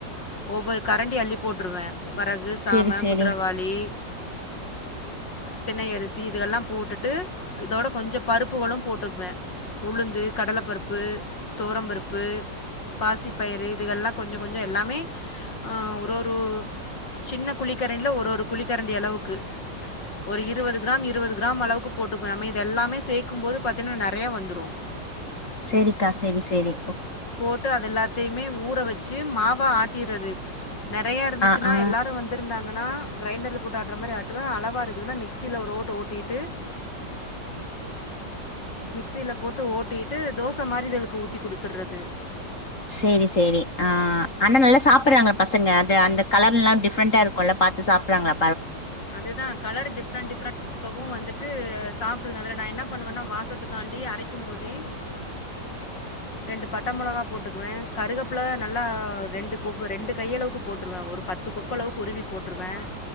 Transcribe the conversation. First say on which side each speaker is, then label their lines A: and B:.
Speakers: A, on the left; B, on the left.
A: ஒவ்வொரு கரண்டி அள்ளி போட்டுருவேன் வரகு சாம
B: சேரி சேரி
A: குதிரவாளி திணையரிசி இதுக்கெல்லாம் போட்டுட்டு இதோட கொஞ்சம் பருப்புகளும் போட்டுக்குவேன் உளுந்து கடலைப்பருப்பு ப்பு தோரம்பருப்பு பாசிப்பயிறு இதுகல்லாம் கொஞ்சம் கொஞ்சம் எல்லாமே ஒரு ஒரு சின்ன குழிக்கரண்டில் ஒரு ஒரு குளிக்கரண்டி அளவுக்கு ஒரு இருபது கிராம் இருபது கிராம் அளவுக்கு போட்டுக்க மீதி எல்லாமே சேர்க்கும் பாத்தீங்கனா நெறைய வந்துடும்
B: செரிக்கா செரி செரி
A: போட்டு அது எல்லாத்தையுமே ஊர் ஊற வச்சு மாவ ஆட்டறது நெறையா இருந்துச்சுன்னா
B: ஆ ஆ
A: எல்லாரும் வந்திருந்தா ஆணா கிரைண்டரில் போட்டு ஆட்ற மாரி அழக் இருக்குதுன்னு மிக்சியில் ஒரு ஓட்டு ஓட்டிட்டு மிக்ஸியில் போட்டு ஓட்டிட்டு தோசை மாரிதலுக்கு ஊத்தி குடுத்துறது
B: செரி செரி ஆ அண்ணா நல்லா சாப்படுறாங்கள பசங்க அது அந்த கலர் எல்லாம் டிஃப்ரெண்டா இருக்கும்ல்ல பாத்து சாப்படுறாங்கள
A: அதுதான் கலர் டிஃப்ரெண்டட் டிஃப்ரெண்ட் இருக்கவும் வந்துட்டு சாப்படுக்குது அதில் நான் என்ன பண்ணுவேன்னா வாசத்துக்காண்டி அரக்கும் போதே ரெண்டு பட்ட மிளகா போட்டுக்குவேன் கருகப்பில நல்லா ரெண்டு கொப்பு ரெண்டு கையளவுக்கு போட்டுருவேன் ஒரு பத்து கொப்பளவுக்கு உருவி போட்டுருவேன்